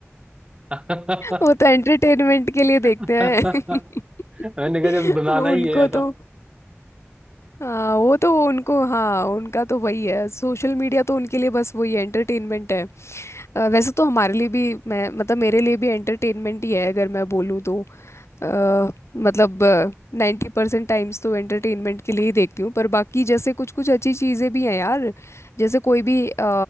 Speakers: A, on the right; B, on the left.
A: भाई <laughs>
B: वो तो एंटरटेनमेंट के लिए
A: <laughs> मैंने
B: देखते हैं <laughs>
A: कहा जब बनाना
B: वो
A: ही
B: उनको
A: है तो
B: तो हाँ वो तो उनको हाँ उनका तो वही है सोशल मीडिया तो उनके लिए बस वही एंटरटेनमेंट है entertainment है। अ, वैसे तो हमारे लिए भी मैं मतलब मेरे लिए भी एंटरटेनमेंट ही है अगर मैं बोलूँ तो अ, मतलब नाइन्टी परसेंट टाइम्स तो एंटरटेनमेंट के लिए ही देखती हूँ पर बाकी जैसे कुछ कुछ अच्छी चीज़ें भी हैं यार जैसे कोई भी अ, अ,